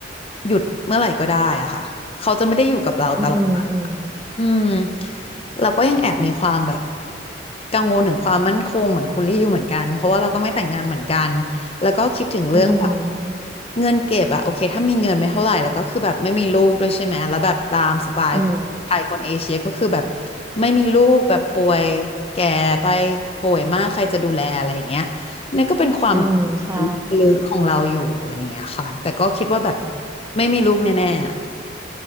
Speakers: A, on the left; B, on the right.
A: หยุดเมื่อไหร่ก็ได้อะค่ะเขาจะไม่ได้อยู่กับเราตลอด
B: อืมอืม
A: อืมเราก็ยังแอบมีความแบบกังวลถึงความมั่นคงเหมือนคุณลี่อยู่เหมือนกันเพราะว่าเราก็ไม่แต่งงานเหมือนกันแล้วก็คิดถึงเรื่องแบบ
B: อืม
A: เงินเก็บอะโอเคถ้ามีเงินไม่เท่าไหร่แล้วก็คือแบบไม่มีลูกด้วยใช่ไหมแล้วแบบตามสไตล์คนไทยคนเอเชียก็คือแบบ
B: อืม
A: ไม่มีลูกแบบป่วยแก่ไปป่วยมากใครจะดูแลอะไรอย่างเงี้ยนี่นก็เป็นความ
B: อืมใช่
A: ลึกๆของเราอยู่อะไรอย่างเงี้ยค่ะแต่ก็คิดว่าแบบ
B: อืม
A: ไม่มีลูกแน่ๆอะ